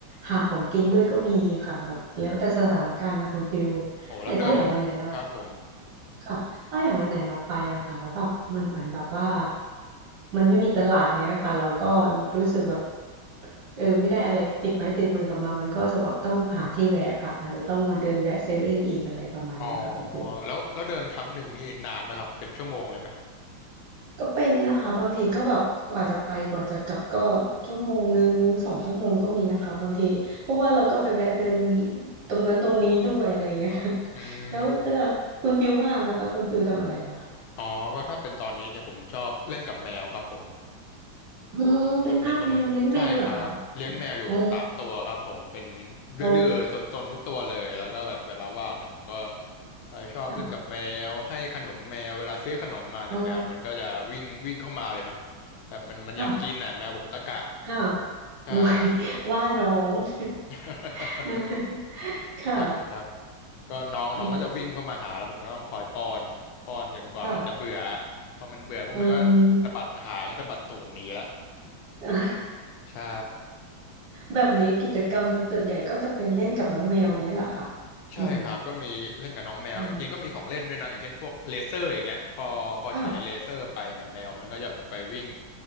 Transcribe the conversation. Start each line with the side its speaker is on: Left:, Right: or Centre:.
Right: หาของกินด้วยก็มีค่ะแบบแล้วแต่สถานการณ์ค่ะคุณฟิล
Left: โห
Right: แต่ถ้าอย่างวันไหนเรา
Left: แล้วเดินครับผม
Right: ค่ะถ้าอย่างวันไหนเราไปอะค่ะแล้วแบบมันเหมือนแบบว่ามันไม่มีตลาดเนี้ยค่ะเราก็รู้สึกแบบเออไม่ได้อะไรติดไม้ติดมือกลับมามันก็จะแบบต้องหาที่แวะค่ะอาจจะต้องมาเดินแวะเซเว่นอีกอะไรประมาณเนี้ยค่ะคุณฟิล
Left: อ๋อแล้วแล้วเดินครั้งหนึ่งนี่นานไหมครับ เป็นชั่วโมงเลยไหม
Right: ก็เป็นนะคะบางทีก็แบบกว่าจะไปกว่าจะกลับก็ชั่วโมงหนึ่งสองชั่วโมงก็มีนะคะบางทีเพราะว่าเราก็ไปแวะเดินตรงนั้นตรงนี้ด้วยอะไรอย่างเงี้ยค่ะ
Left: อื
Right: แล้วเวลาคุณฟิลว่างนะคะคุณฟิลทำอะไรอะคะ
Left: มอ๋อ ก็ถ้าเป็นตอนนี้เนี่ยผมชอบเล่นกับแมวครับผม
Right: เออเป็นทาสแมวเลี้ยงแมวเหรอคะ
Left: เป็นคนใช่ครับเลี้ยงแมวอยู่สามตัวครับผมเป็น
Right: อ๋อ
Left: ดื้อๆซนๆทุกตัวเลยแล้วก็แบบเวลาว่างเนี่ยผมก็
Right: โอ้
Left: ไปชอบเล่นกับแมวให้ขนมแมวเวลาซื้อขนมมาเนี่ยแมวมันก็จะวิ่งวิ่งเข้ามาเลยเนาะ
Right: ค่ะอ๋อ
Left: แบบมันมันอยากกินน่ะแมวผมตะกะ
Right: ค่ะค่ะ <laughs>
Left: ใช่
Right: โอ้ยว่าน้อง
Left: <laughs>
Right: <laughs> ค่ะ
Left: ใช่ครับก็น้องน้องก็จะวิ่งเข้ามาหาแล้วผมก็ต้องคอยป้อนป้อนจนกว่ามันจะเบื่อ
Right: อืมค่ะ
Left: พอมันเบื่อปุ๊บมันก็สะบัดหางสะบัดตูดหนีละ
Right: อืม <laughs>
Left: ใช่
Right: แบบนี้กิจกรรมส่วนใหญ่ก็จะเป็นเล่นกับน้องแมวเงี้ยแหละค่ะ
Left: ใช่ครับก็มีเล่นกับน้องแมวจริงๆก็มีของเล่นด้วยนะอย่างเช่นพวกเลเซอร์อย่างเงี้ยพอพอฉายเลเซอร์ไปเนี่ยแมวมันก็จะแบบไปวิ่ง
Right: อืมอืมค่ะ